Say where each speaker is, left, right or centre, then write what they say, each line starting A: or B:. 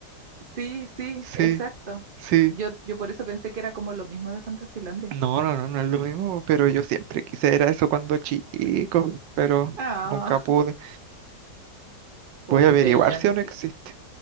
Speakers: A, on the right; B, on the right.
A: Sí, sí,
B: Sí,
A: exacto.
B: sí.
A: Yo, yo por eso pensé que era como lo mismo de Fantasilandia.
B: No, no, no, no es lo mismo, pero yo siempre quise era eso cuando chico, pero
A: Ah.
B: nunca pude.
A: Pucha,
B: Voy a averiguar
A: y ya
B: si
A: ni
B: aún
A: siquiera.
B: existe.